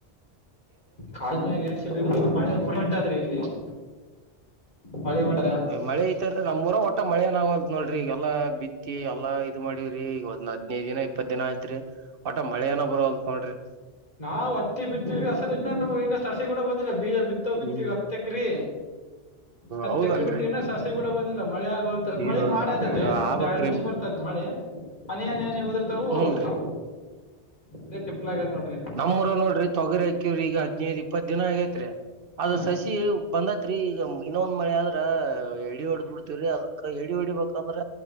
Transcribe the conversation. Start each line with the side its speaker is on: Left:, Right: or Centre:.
Left: ಕಾಳಿನಾಗೆ ಏನ್ ಚಿ ಫ್ರೆಂಡ್ಶಿಪ್ ಉಂಟಾದ್ರಿ ಇಲ್ಲಿ <unintelligible> ಮಳೆ ಹೊಂಡದ
Right: ಮಳೆ ಈತರ ನಮ್ಮ್ಊರ ಒಟ್ಟ ಮಳೆನಂತ ನೋಡ್ರಿ ಈಗಲ್ಲ ಬಿತ್ತಿ ಎಲ್ಲ ಇದು ಮಾಡೀವ್ರಿ ಈಗ ಒಂದ ಹದ್ನೈದು ದಿನ ಇಪ್ಪತ್ತು ದಿನ ಏ ಆಯತ್ರಿ ಒಟಾ ಮಳೆ ಏನ ಬರೋಲ್ ನೋಡ್ರಿ
Left: ನಾವ್ ಹತ್ತಿ ಬಿತ್ತೀವ್ರೀ ಅಸಲ್ ಇನ್ನೇನು ಹಿಂಗ ಸಸಿ ಕೂಡ ಬಂದಿಲ್ಲ ಬೀಜ ಬಿತ್ತ ಬಿತ್ತವಿ
Right: ಹ್ಮ್
Left: ಹತ್ತಕ್ರೀ ಹತ್ತ
Right: ಹೌದನ್ರಿ
Left: ತಕ್ರ ಬಿಡ್ತವಿ ನ ಸಸಿ ಕೂಡ ಬಂದ ಮಳೆ ಯಾಗವಲ್ದು
Right: ಅಯ್ಯೋ
Left: ಮಳಿ ಮಾಡತ ಒಂದ್
Right: ಆಗ್ಬಕ್ರಿ
Left: ಎರಡ್ ನಿಮಿಷ ಬರ್ತೈತೆ ಮಳಿ ಹನಿ ಹನಿ ಉದ್ರು ವು ಹೋಗ್ಬಿಡ್ತಾವ
Right: ಹೂನ್ರಿ
Left: ಇದೇ ತಿಪ್ಪಲ ಆಗೇತ್ ನೋಡ್ರಿ
Right: ನಮ್ಮೂರ ನೋಡ್ರಿ ತೊಗರಿ ಹಾಕ್ಯವ್ರಿ ಈಗ ಹದ್ನೈದ್ ಇಪ್ಪತ್ ದಿನ ಆಗೇತ್ರಿ ಅದ
Left: ಹಾ
Right: ಸಸಿ ಬಂದತ್ ತ್ರಿ ಈಗ ಇನ್ನೊಂದ್ ಮಳೆ ಆದ್ರ ಎಡಿ ಹೊಡ್ದ್ ಬಿಡ್ತಿವ್ರೀ ಅದಕ್ ಎ ಡಿ ಹೊಡಿಬೇಕಂದ್ರ